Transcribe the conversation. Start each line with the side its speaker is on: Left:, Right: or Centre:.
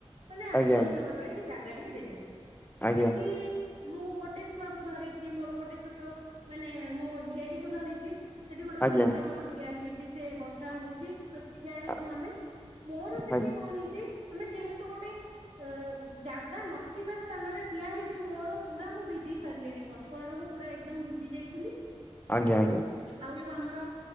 Right: ମାନେ ଆଶ୍ରୟ
Left: ଆଜ୍ଞା
Right: ନବା ପାଇଁ। ଜାଗା ଟିକେ ଦେଲେ
Left: ଆଜ୍ଞା
Right: ସେଠି। ମୁଁ ଗୋଟେ ଛୁଆକୁ ଧରିଛି ମୋର ଗୋଟେ ଛୋଟ ମାନେ ମୋ ଝିଆରୀ କୁ ଧରିଛି। ସେଠି ଗୋଟେ
Left: ଆଜ୍ଞା
Right: ପୁତୁରା ଆମର ଠିଆ ହେଇଛି ସେ ବର୍ଷା ହଉଛି। ଠିଆ ହେଇଛୁ
Left: ଆ-
Right: ଆମେ ମୋର ସେଠି
Left: ଆଜ୍ଞା
Right: କଣ ହେଇଛି ଆମେ ଯେହେତୁ ଗୋଟେ ଅ ଜାଗା ନଥିବା ସ୍ଥାନରେ ଠିଆ ହେଇଛି ମୋର ପୁରା ମୁଁ ଭିଜିଇ ସାରିଲିଣି ପଛଆଡୁ ମୁଁ ପୁରା ଏକଦମ ଭିଜି ଯାଇଥିଲି।
Left: ଆଜ୍ଞା ଆଜ୍ଞା
Right: ଆଉ ଆମର